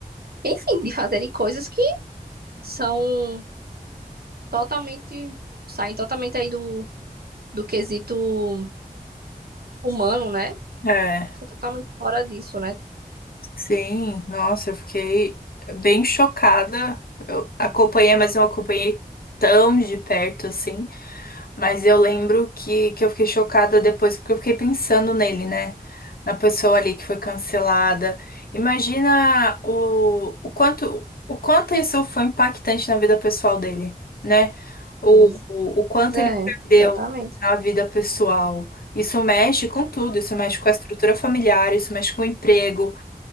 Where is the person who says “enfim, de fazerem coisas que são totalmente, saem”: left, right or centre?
Right